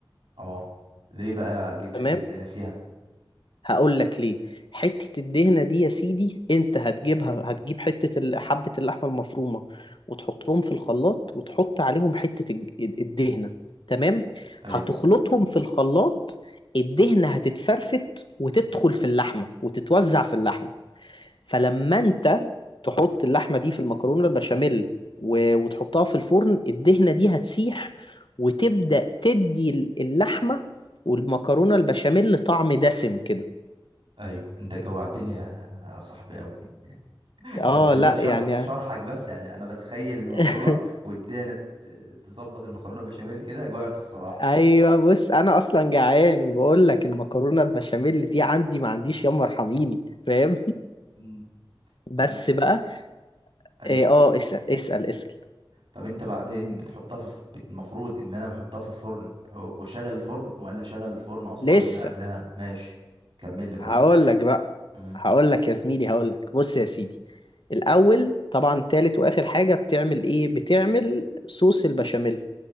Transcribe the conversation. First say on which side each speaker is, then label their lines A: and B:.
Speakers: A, on the right; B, on the left.
A: اه ليه بقى اجيب
B: تمام
A: حتة دهنة فيها
B: هقول لك ليه حته الدهنه دي يا سيدي انت هتجيبها هتجيب حته ال- حبه اللحمه المفرومه وتحطهم في الخلاط وتحط عليهم حته الج- الدهنه تمام
A: ايوه
B: هتخلطهم في الخلاط الدهنه هتتفرفت وتدخل في اللحمه وتتوزع في اللحمه فلما انت تحط اللحمه دي في المكرونه البشاميل و... وتحطها في الفرن الدهنه دي هتسيح وتبدا تدي ال- اللحمه والمكرونه البشاميل طعم دسم كده
A: ايوه انت جوعتني يا يا صاحبي قوي انت
B: اه
A: من خلال
B: لا
A: شرح
B: يعني
A: شرحك بس يعني انا بتخيل الموضوع
B: <laughs>
A: ودانا ت- تظبط المكرونه بشاميل كده جوعت الصراحه
B: ايوه بص انا اصلا جعان وبقول لك المكرونه البشاميل دي عندي ما عنديش يما ارحميني فاهم
A: مم.
B: بس
A: طب انت
B: بقى
A: ايوه
B: اه آه، اسال اسال اسال
A: طب انت بعدين بتحطها في الف... بت- المفروض ان انا بحطها في الفرن و- واشغل الفرن ولا اشغل الفرن اصلا
B: لسه
A: قبلها ماشي كمل لي براحتك
B: هقول لك بقى
A: امم
B: هقول لك يا زميلي هقول لك بص يا سيدي الاول طبعا تالت واخر حاجه بتعمل ايه بتعمل صوص البشاميل